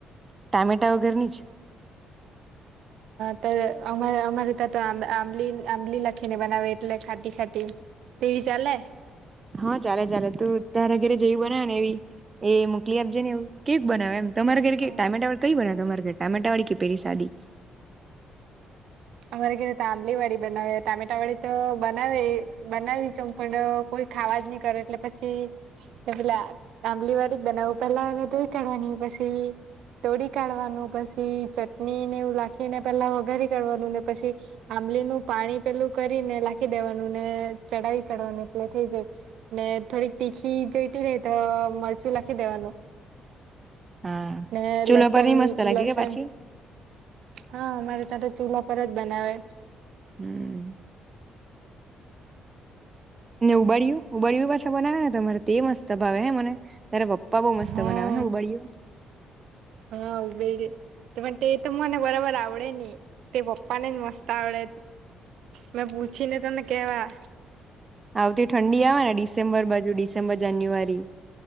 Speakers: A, on the right (about 30°); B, on the right (about 80°).
A: ટામેટા વગેરની જ
B: ત અમા અમારે ત્યાં તો આમ આમલી આમલી લા ખીને બનાવે એટલે ખાટી ખાટી ટેવી ચાલે
A: હા ચાલે ચાલે તું તારા ઘરે જેવી બનાવે ને એવી એ મોકલી આપજે ને એવું કેવી બનાવે એમ તમારે ઘર
B: હા
A: કેવી ટામેટા વાળી કઈ બનાવે તમારે ઘરે ટામેટા વાળી કે પેલી સાદી
B: અમારે ધેરે ત આંબલી વાળી બનાવે ટામેટા વાળી તો બનાવે બનાવી છે, પણ કોઈ ખા વાજ ની કરે એટલે પછી પેલા આંબલી વાલી બનાવું પેલા એને ધોઈ કાઢવાની પછી તોડી કાઢવાનું પછી ચટણી ને એવું લખીને પેલા વગારી કાઢવાનુંને પછી આંબલીનું પાણી પેલું કરીને લખી દેવાનું ને ચડાવી કાઢવાનું એટલે થઈ જાય ને થોડીક તીખી જોઈતી રેય ત મરચું લખી દેવાનું
A: હા
B: ને
A: ચૂલા
B: લસન
A: પર ની મસ્ત લાગે
B: લસન
A: કે પાછી
B: હા અમારે તા ત ચૂલા પર જ બનાવે
A: હમ. ને ઉબાડયું ઉબાડયું પાછા બનાવે ને તમારે તે મસ્ત ભાવે હે મને તારે પપ્પા બો મસ્ત
B: હા
A: બનાવે હું ઉબળયુ
B: હા ઉભેડ પણ તે તો મને બરાબર આવ ડે ની તે પપ્પા ને જ મસ્ત આવડે મેં પૂછીને તને કેવા.
A: આવતી ઠંડી આવે ને ડિસેમ્બર બાજુ ડિસેમ્બર જાન્યુઆરી